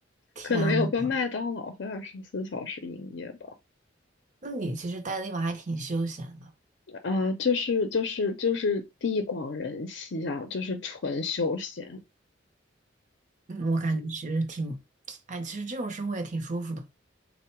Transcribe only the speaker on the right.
天呐。
那你其实待的地方还挺休闲的，
嗯，我感觉其实挺，<tsk> 哎，其实这种生活也挺舒服的。